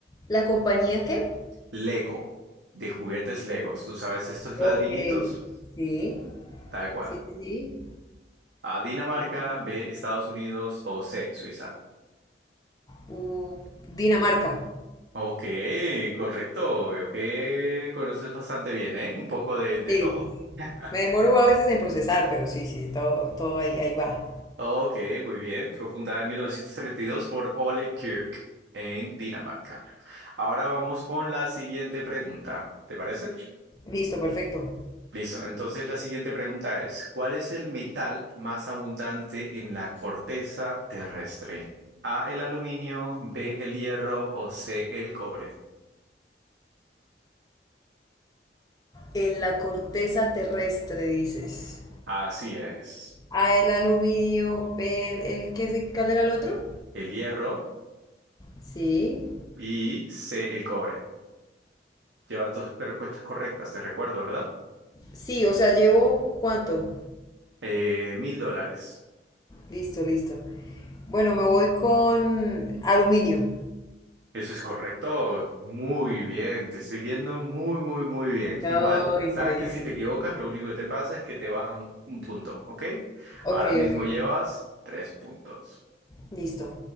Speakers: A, on the left; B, on the right.
A: ¿La compañía qué?
B: Lego, de juguetes Legos. ¿Tú sabes estos
A: Ok.
B: ladrillitos?
A: Sí,
B: Tal cual.
A: sí, sí, sí.
B: A Dinamarca, B, Estados Unidos o C, Suiza.
A: Uh, Dinamarca.
B: Ok, correcto. Veo que conoces bastante bien, ¿eh? Un poco de, de
A: Sí,
B: todo.
A: sí.
B: <laughs>
A: Me demoro a veces en procesar, pero sí, sí, todo, todo ahí, ahí va.
B: Ok, muy bien. Fue fundada en 1932 por Ole Kirk en Dinamarca. Ahora vamos con la siguiente pregunta. ¿Te parece?
A: Listo, perfecto.
B: Listo. Entonces la siguiente pregunta es, ¿cuál es el metal más abundante en la corteza terrestre? A, el aluminio, B, el hierro o C, el cobre.
A: En la corteza terrestre, dices.
B: Así es.
A: A, el aluminio, B, el, el que se, ¿cuál era el otro?
B: el hierro
A: Sí.
B: y C, el cobre. Lleva dos respuestas correctas, te recuerdo, ¿verdad?
A: Sí, o sea, llevo, ¿cuánto?
B: Eh, mil dólares.
A: Listo, listo. Bueno, me voy con aluminio.
B: Eso es correcto. Muy bien, te estoy viendo muy, muy, muy bien.
A: No,
B: Igual,
A: increíble.
B: sabes que si te equivocas, lo único que te pasa es que te bajan un punto, ¿ok?
A: Ok,
B: Ahora mismo
A: ok.
B: llevas tres puntos.
A: Listo.